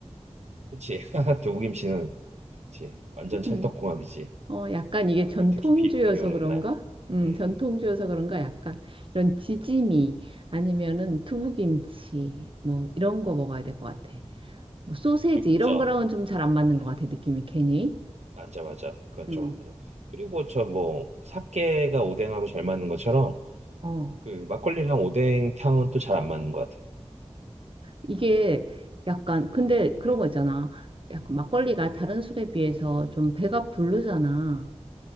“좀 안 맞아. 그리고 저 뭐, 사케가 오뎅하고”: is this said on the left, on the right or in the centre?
Right